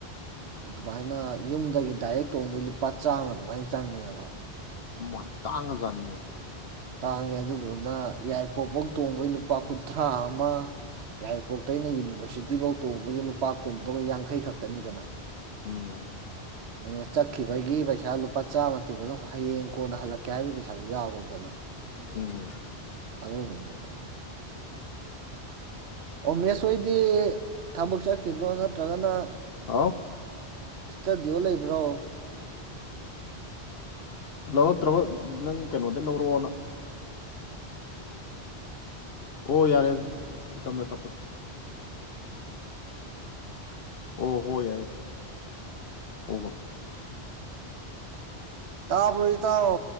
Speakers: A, on the right (about 70°); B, on the left (about 65°).
A: ꯑꯗꯨꯃꯥꯏꯅ ꯌꯨꯝꯗꯒꯤ ꯗꯥꯏꯔꯦꯛ ꯇꯣꯡꯕ ꯂꯨꯄꯥ ꯆꯥꯝꯃ ꯑꯗꯨꯃꯥꯏꯅ ꯆꯪꯉꯦꯕ
B: ꯃꯥꯏ ꯇꯥꯡꯉꯖꯥꯠꯅꯤꯅ‌ꯦ
A: ꯇꯥꯡꯉꯦ ꯑꯗꯨꯗꯨꯅ ꯌꯥꯏꯔꯤꯄꯣꯛꯐꯧ ꯇꯣꯡꯕꯩ ꯂꯨꯄꯥ ꯀꯨꯟꯊ꯭ꯔꯥ ꯑꯃ ꯌꯥꯏꯔꯤꯄꯣꯛꯇꯩꯅ ꯌꯨꯅꯤꯚꯔꯁꯤꯇꯤꯐꯧ ꯇꯣꯡꯕꯒꯤ ꯂꯨꯄꯥ ꯀꯨꯟꯗꯣ ꯌꯥꯡꯈꯩ ꯈꯛꯇꯅꯤꯗꯅ
B: ꯎꯝ
A: ꯑꯗꯨꯅꯦ ꯆꯠꯈꯤꯕꯒꯤ ꯄꯩꯁꯥ ꯂꯨꯄꯥ ꯆꯥꯝꯃ ꯇꯤꯡꯕꯗꯣ ꯍꯌꯦꯡ ꯀꯣꯟꯅ ꯍꯜꯂꯛꯀꯦ ꯍꯥꯏꯕꯒꯤ ꯄꯩꯁꯥꯁꯨ ꯌꯥꯎꯔꯦꯗꯅ
B: ꯎꯝ
A: ꯑꯗꯨꯗꯨꯒꯤꯅꯦ ꯑꯣꯝꯅꯦꯁ ꯍꯣꯏꯗꯤ ꯊꯕꯛ ꯆꯠꯈꯤꯕ꯭ꯔꯣ ꯅꯠꯇ꯭ꯔꯒꯅ
B: ꯑꯥꯎ
A: ꯏꯁꯇꯗꯤꯑꯣ ꯂꯩꯕ꯭ꯔꯣ
B: ꯂꯧꯔꯛꯇ꯭ꯔꯕ ꯅꯪ ꯀꯩꯅꯣꯗꯩ ꯂꯧꯔ‌ꯣꯅ ꯑꯣ ꯌꯥꯔꯦ ꯑꯗꯨꯗꯤ ꯎꯇꯝꯗ ꯇꯞꯄ ꯑꯣ ꯍꯣꯏ ꯌꯥꯔꯦ ꯍꯣꯏ ꯍꯣꯏ
A: ꯇꯥꯕꯔꯣ ꯏꯇꯥꯎ